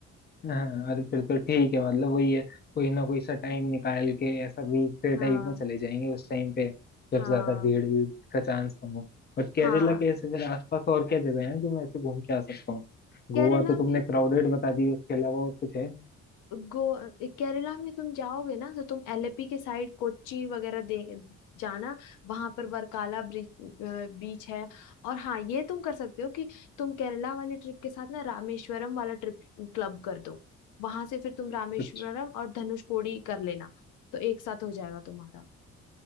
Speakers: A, on the left; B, on the left.
A: हाँ अरे फिर तो ठीक है मतलब वही है कोई ना कोई सा टाइम निकाल के ऐसा वीकडे
B: हाँ
A: टाइप में चले जाएंगे उस टाइम पे जब
B: हाँ
A: ज्यादा भीड़ भीड़ का चांस कम हो बट केरला
B: हाँ
A: के ऐसे फिर आसपास और क्या जगह है जो मैं ऐसे घूम के आ सकता हूँ गोवा
B: केरला
A: तो तुमने
B: में
A: क्राउडेड बता दी उसके अलावा और कुछ है
B: गो केरला में तुम जाओगे ना तो तुम एलेपी के साइड कोच्चि वगैरह दे जाना वहां पर वर्काला बीच है और हाँ ये तुम कर सकते हो कि तुम केरला वाले ट्रिप के साथ ना रामेश्वरम वाला ट्रिप क्लब कर दो वहां से फिर तुम रामेश्वरम
A: अच्छा
B: और धनुषकोडी कर लेना तो एक साथ हो जाएगा तुम्हारा